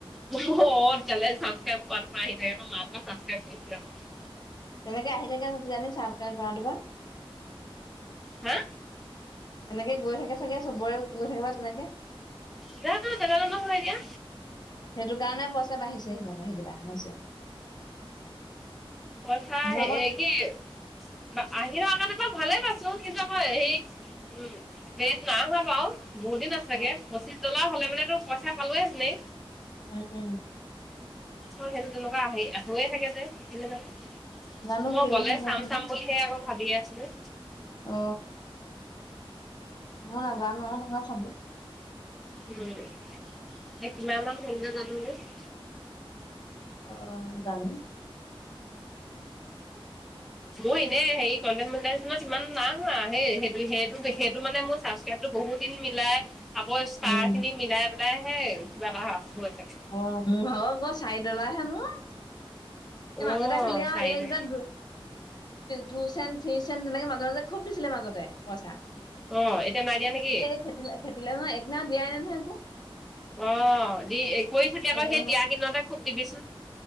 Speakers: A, in the centre; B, on the left.
A: অ' তেতিয়া হ'লে চাবচক্ৰাইব কৰা টো আহি মাৰ টোৰ পৰা চাবক্ৰাইব কৰিছিলোঁ আক
B: তেনেকে আহি থাকে কিজানি চাবচক্ৰাইব কৰাটো পৰা।
A: হা।
B: তেনেকে গৈ থাকে চাগে চবৰে গৈ থাকিব বা তেনেকে।
A: যানো নেজানো নহয় এতিয়া।
B: সেইটো কাৰণে পইচা বাঢ়িছে সেইফালে, সেইকেইটা হৈছে।
A: পইচা
B: মোৰ
A: হে
B: আকৌ
A: কি বা আহি থকা কাৰণে মই ভালে পাইছো কিন্তু আকৌ এহি উম বেদ না হোৱা বাও। বহুত দিন আছোগে
B: অ',
A: পঁচিছ ডলাৰ হ'লে মানে তো পইচা পালোয়ে হেতেনি।
B: উম'।
A: অ সেইটো তেনেকুৱা হৈয়ে থাকে যে কেলে জানো?
B: জানো
A: মই
B: কেলে
A: গ'লে
B: হৈ যায়
A: চাম
B: জানো
A: চাম বুলি সে আকৌ ভাবিয়ে আছিলোঁ।
B: অ। মই নাজানো নহয় চাব
A: উম, এ কিমান মান হ'লগে জানো মোৰ?
B: অ জানো।
A: মই এনেই কণ্টেণ্ট মনিটাইজেচনত ইমান নাই অহা সেই সেইটো সেইটো সেইটো মানে মোৰ চাচাকাৰাইব। বহুত দিন মিলাই আকৌ ষ্টাৰ
B: উম
A: খিনি মিলাই পেলাইহে কিবা এটা হৈ চাগে।
B: অ' মোৰ ভাগৰ ক চাৰি ডলা হে মোৰ। এই
A: অ
B: মাজতে খালি আও
A: চাৰিটা
B: এইকেইটা। দু টু চেন, থ্ৰী চেণ তেনেকে মাজে-মাজে খুব দিছিলে মাজতে পইচা।
A: অ' এতিয়া নাই দিয়া নেকি?
B: খেতিলে খেতিলে ময় একআনা দিয়াই নহয় এভো।
A: অ' দি কৰি চাবি আকৌ
B: এইটো
A: সেই দিয়া কেইদিনতে খুব দিবিচোন।